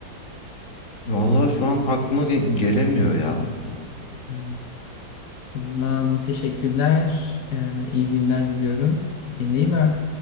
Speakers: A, on the left (about 45°); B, on the left (about 60°).
A: Vallahi şu an aklıma ge- gelemiyor ya.
B: E, o zaman teşekkürler. E, iyi günler diliyorum. Kendine iyi bak.